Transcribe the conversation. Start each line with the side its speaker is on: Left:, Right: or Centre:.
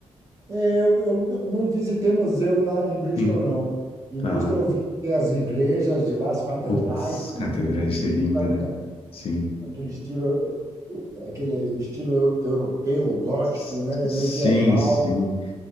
Right: é, Eu, eu não visitei museu na, em Bristol,
Left: Sim.
Right: não. Em
Left: Tá.
Right: Bristol eu visitei as igrejas de lá, as catedrais,
Left: Putz,
Right: são
Left: catedral,
Right: muito bonitas,
Left: isso é lindo, né?
Right: né?
Left: Sim.
Right: Aquele estilo aquele estilo eu- europeu, gótico,
Left: S-
Right: né,
Left: Sim,
Right: medieval.
Left: sim,